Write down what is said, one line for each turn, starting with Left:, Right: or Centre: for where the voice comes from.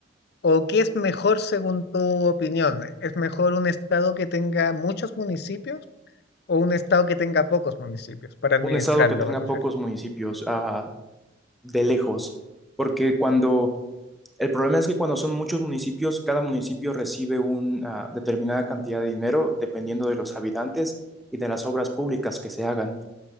Left: o qué es mejor según tu opinión? ¿Es mejor un estado que tenga muchos municipios o un estado que tenga pocos municipios para administrarlo,
Centre: un estado que tenga
Left: me refiero?
Centre: pocos municipios, ah, de lejos, porque cuando, el problema es que cuando son muchos municipios, cada municipio recibe una determinada cantidad de dinero dependiendo de los habitantes y de las obras públicas que se hagan.